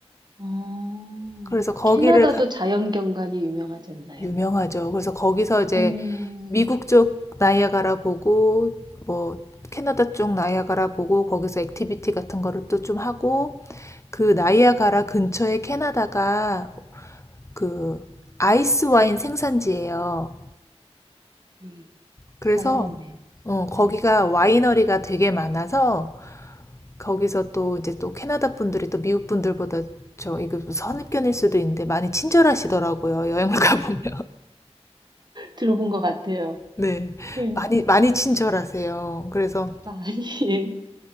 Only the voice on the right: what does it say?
어,
캐나다도
자연경관이 유명하지 않나요?
오,
음,
가야겠네요.
네.
들어본 것 같아요.
네.
많이,